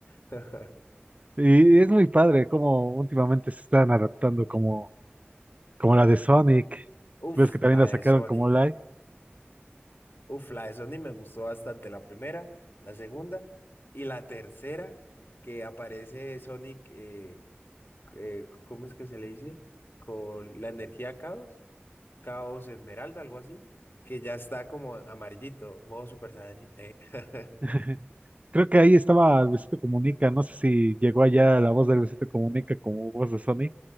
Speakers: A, on the left (about 65°); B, on the right (about 35°).
A: <laughs>
B: Y es muy padre cómo últimamente se están adaptando como, como la de Sonic.
A: Uf,
B: Ves que también
A: la
B: la
A: de
B: sacaron
A: Sonic.
B: como live.
A: Uf, la de Sonic me gustó bastante. La primera, la segunda y la tercera que aparece Sonic, eh, eh, ¿cómo es que se le dice? Con la energía caos, caos esmeralda, algo así, que ya está como amarillito, modo Super Saiyan. eh. <laughs>
B: <laughs> Creo que ahí estaba Luisito Comunica. No sé si llegó allá la voz de Luisito Comunica como voz de Sonic.